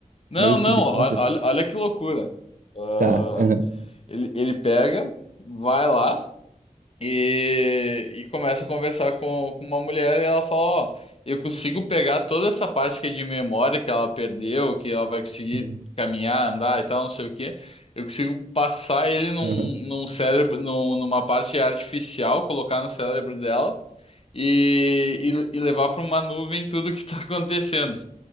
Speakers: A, on the left (about 45°); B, on the right (about 80°).
A: Não,
B: Meio
A: não,
B: substância?
A: ó- olha, olha que loucura. Ah,
B: Tá. Aham.
A: ele, ele pega, vai lá e, e começa a conversar com, com uma mulher e ela fala, ó, eu consigo pegar toda essa parte que é de memória que ela perdeu, que ela vai conseguir
B: Sim.
A: caminhar, andar e tal, não sei o quê. Eu consigo passar ele num,
B: Aham.
A: num cérebro, num- numa parte artificial, colocar no cérebro dela e, e, e levar para uma nuvem tudo que está acontecendo.